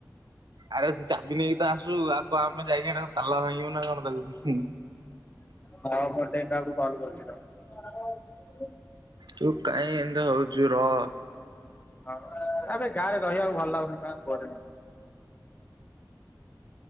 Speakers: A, on the right; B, on the left.
A: ଆରେ ଚାବି ନେଇକିତ ଆସୁ ଆଉ କଁ ଆମେ ଯାଇକି ତାଲା ଭାଙ୍ଗିବୁନା କଣ ତାକୁ ହୁଁ।
B: ହଁ ଗୋଟେ କାକୁ କଲ କରିକି କ <unintelligible>
A: ତୁ କାଇଁ ଏମିନ୍ତି ହଉଚୁ ରହ।
B: ହଁ ଆଁବେ ଗାଁରେ ରହିବାକୁ ଭଲ ଲାଗୁନି କହିଲା ପରେ